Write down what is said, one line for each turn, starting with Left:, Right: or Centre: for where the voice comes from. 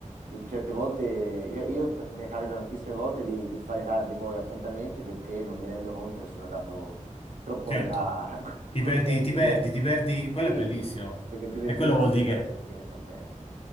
Right: eh, certe volte, io, io t- mi capita tantissime volte di, di fare tardi poi appuntamenti perché non mi rendo conto che sono andato troppo
Left: certo,
Right: in là <laughs>
Left: ti
Right: con
Left: perdi,
Right: i tempi
Left: ti perdi,
Right: dei...
Left: ti perdi, quello
Right: Sì,
Left: è bellissimo.
Right: sì, perché divertirsi
Left: E quello vuol dire che,
Right: alla fin fine fa bene.